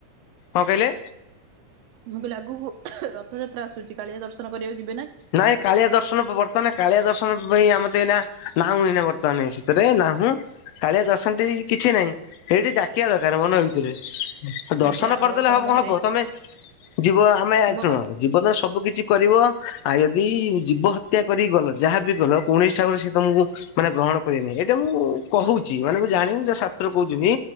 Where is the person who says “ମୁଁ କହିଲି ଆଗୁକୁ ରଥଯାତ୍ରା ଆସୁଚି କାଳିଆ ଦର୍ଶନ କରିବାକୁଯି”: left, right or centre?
Right